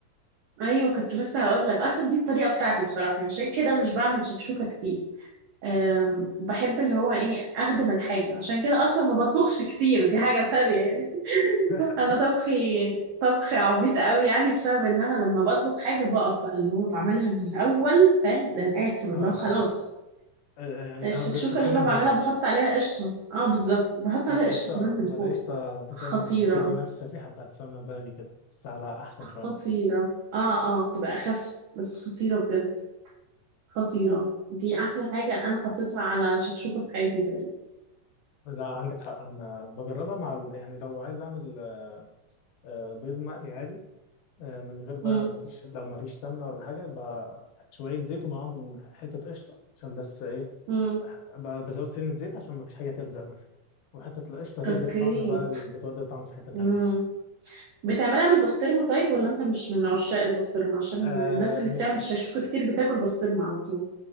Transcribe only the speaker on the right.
ايوه كنت لسه هقول لك اصلا دي الطريقه بتاعتي بصراحه يعني عشان كده مش بعمل شكشوكه كتير أم بحب اللي هو ايه اخدم الحاجه عشان كده اصلا ما بطبخش كتير دي حاجه ثانيه يعني <laughs>
انا طبخي طبخي عبيط قوي يعني بسبب ان انا لما بطبخ حاجه بقف بقى اللي هو بعملها من الاول فاهم للاخر
لو خلاص
الشكشوكة
اللي أنا بعملها
بحط عليها قشطة اه بالظبط بحط عليها
قشطة كمان من
فوق
خطيرة
خطيرة
اه اه بتبقى أخف بس خطيرة بجد خطيرة دي أحلى حاجة أنا حطيتها على شكشوكة في حياتي تقريبا
مم.
مم.
أوكي
مم.
بتعملها بالبسطرمة طيب ولا أنت مش من عشاق البسطرمة عشان الناس
اللي
بتعمل شكشوكة كتير بتاكل بسطرمة على طول